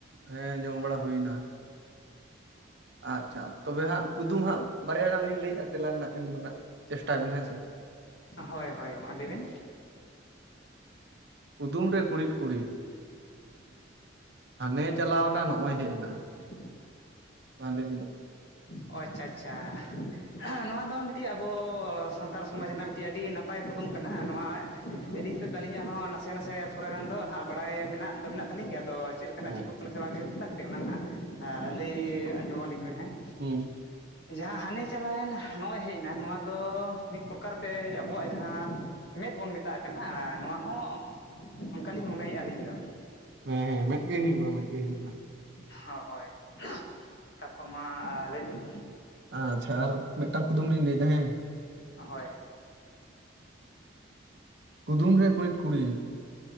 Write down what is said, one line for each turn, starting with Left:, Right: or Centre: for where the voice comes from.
Right: ᱦᱮᱸ ᱡᱚᱢ ᱵᱟᱲᱟ ᱦᱩᱭᱱᱟ ᱟᱪᱪᱷᱟ ᱛᱚᱵᱮ ᱦᱟᱸᱜ ᱠᱩᱫᱩᱢ ᱦᱟᱸᱜ ᱵᱟᱨᱭᱟ ᱜᱟᱱ ᱞᱤᱧ ᱞᱟᱹᱭᱮᱫᱼᱟ ᱛᱮᱞᱟ ᱨᱮᱱᱟᱜ ᱮᱢ ᱫᱚ ᱱᱷᱟᱜ ᱪᱮᱥᱴᱟᱭ ᱵᱮᱱ ᱦᱮᱸᱥᱮ
Left: ᱦᱳᱭ ᱦᱳᱭ ᱢᱟ ᱞᱟᱹᱭ ᱵᱤᱱ
Right: ᱠᱩᱫᱩᱢ ᱨᱮ ᱠᱩᱲᱤᱫᱽ ᱠᱩᱲᱤᱫᱽ ᱦᱟᱱᱮ ᱪᱟᱞᱟᱣ ᱮᱱᱟ ᱱᱚᱜᱼᱚᱭ ᱦᱮᱡ ᱮᱱᱟ
Left: <inaudible>
Right: ᱢᱟ ᱞᱟᱹᱭ ᱵᱮᱱᱚᱜ
Left: ᱚ ᱟᱪᱪᱷᱟ ᱟᱪᱪᱷᱟ ᱱᱚᱣᱟ ᱫᱚ ᱢᱤᱫᱴᱮᱡ ᱟᱵᱚ ᱥᱟᱱᱛᱟᱲ ᱥᱚᱢᱟᱡᱽ ᱨᱮᱱᱟᱜ ᱢᱤᱫᱴᱮᱡ ᱟᱹᱰᱤ ᱱᱟᱯᱟᱭ ᱠᱩᱫᱩᱢ ᱠᱟᱱᱟ ᱟᱨ ᱱᱚᱣᱟ ᱤᱫᱤ ᱠᱟᱛᱮᱫ ᱫᱚ ᱟᱹᱞᱤᱧᱟᱜ ᱦᱚᱸ ᱱᱟᱥᱮ ᱱᱟᱥᱮ ᱛᱷᱚᱲᱟ ᱜᱟᱱ ᱫᱚ ᱱᱟᱦᱟᱸᱜ ᱵᱟᱲᱟᱭ ᱢᱮᱱᱟᱜ ᱫᱚ ᱢᱮᱱᱟᱜ ᱛᱟᱹᱞᱤᱧ ᱜᱮᱭᱟ ᱟᱫᱚ ᱪᱮᱫ ᱞᱮᱠᱟᱱᱟᱜ
Right: ᱦᱩᱸ
Left: ᱴᱷᱤᱠᱚᱜ ᱠᱟᱱᱟ ᱥᱮ ᱵᱟᱝ ᱴᱷᱤᱠᱚᱜ ᱠᱟᱱᱟ ᱠᱟᱹᱴᱤᱡ ᱚᱱᱟ ᱱᱟᱦᱟᱸᱜ ᱞᱟᱹᱭ ᱟᱸᱡᱚᱢ ᱟᱹᱞᱤᱧ ᱵᱮᱱ ᱦᱮᱸ
Right: ᱦᱩᱸ
Left: ᱡᱟᱦᱟᱸ ᱦᱟᱱᱮ ᱪᱟᱞᱟᱣᱮᱱ ᱱᱚᱜᱼᱚᱭ ᱦᱮᱡ ᱮᱱᱟ ᱱᱚᱣᱟ ᱫᱚ ᱢᱤᱫ ᱯᱨᱚᱠᱟᱨ ᱛᱮ ᱟᱵᱚᱣᱟᱜ ᱡᱟᱦᱟᱸ ᱢᱮᱫᱽ ᱵᱚᱱ ᱢᱮᱛᱟᱜ ᱠᱟᱱᱟ ᱟᱨ ᱱᱚᱣᱟ ᱦᱚᱸ ᱚᱱᱠᱟ ᱞᱤᱧ ᱢᱚᱱᱮᱭᱮᱫᱼᱟ ᱟᱹᱞᱤᱧ ᱫᱚ
Right: ᱦᱮᱸ ᱦᱮᱸ ᱢᱮᱫ ᱜᱮ ᱦᱩᱭᱩᱜᱼᱟ ᱢᱮᱫᱜᱮ ᱦᱩᱭᱩᱜᱼᱟ᱾
Left: ᱦᱟ ᱦᱳᱭ ᱛᱟᱨᱯᱚᱨ ᱢᱟ ᱞᱟᱹᱭ ᱵᱤᱱ
Right: ᱟᱪᱪᱷᱟ ᱟᱨ ᱢᱤᱫᱴᱟᱝ ᱠᱩᱫᱩᱢ ᱞᱤᱧ ᱞᱟᱹᱭᱮᱫᱟ ᱦᱮᱸ
Left: ᱦᱳᱭ
Right: ᱠᱩᱫᱩᱢ ᱨᱮ ᱠᱩᱬᱤᱫ ᱠᱩᱬᱤᱫ